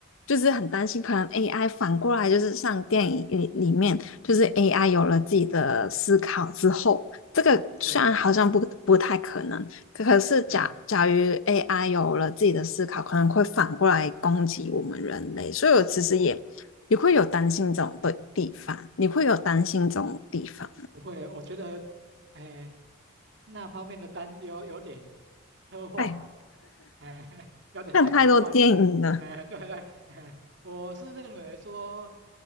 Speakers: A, on the left; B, on the right.
A: 就是很担心可能 AI 反过来就是像电影里里面，就是 AI 有了自己的思考之后，这个虽然好像不不太可能。
B: 对
A: 可是假假如
B: 对，
A: AI 有了自己的思考，可能会反过来攻击我们人类，所以我其实也也会有担心这种的地方，你会有担心这种地方。
B: 不会，我觉得，哎，那方面的担忧有点科幻呐、
A: 哎，
B: 哎，<laughs> 有点太科幻了啦，
A: 看太多电影了，
B: 哎，对对，哎，我是认为说，